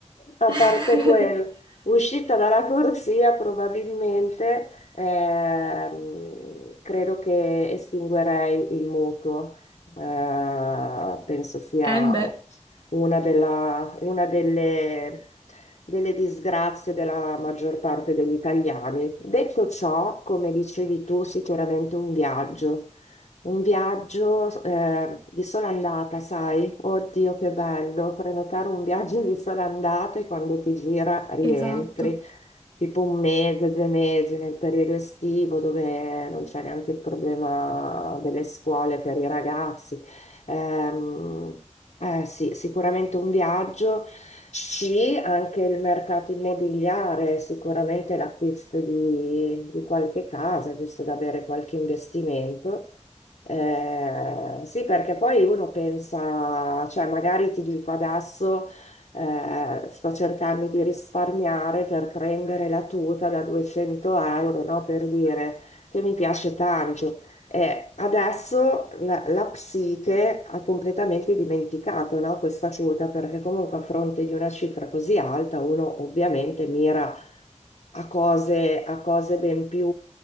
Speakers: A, on the left; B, on the right.
A: a
B: <laughs>
A: parte quello, uscita dalla corsia probabilmente, ehm, credo che estinguerei il mutuo. Eh, penso sia
B: Eh beh,
A: una, della- una delle, delle disgrazie della maggior parte degli italiani. Detto ciò, come dicevi tu, sicuramente un viaggio. Un viaggio eh, di sola andata, sai? Oddio, che bello! Prenotare un viaggio di sola andata e quando ti gira rientri.
B: esatto.
A: Tipo un mese, due mesi nel periodo estivo dove non c'è neanche il problema delle scuole per i ragazzi. Ehm, eh sì, sicuramente un viaggio, sì, anche il mercato immobiliare, sicuramente l'acquisto di, di qualche casa, giusto da avere qualche investimento. Eh, sì, perché poi uno pensa, cioè magari ti dico adesso eh, sto cercando di risparmiare per prendere la tuta da 200 euro, no? Per dire che mi piace tanto. Eh, adesso la, la psiche ha completamente dimenticato, no, questa quota, perché comunque a fronte di una cifra così alta uno ovviamente mira a cose, a cose ben più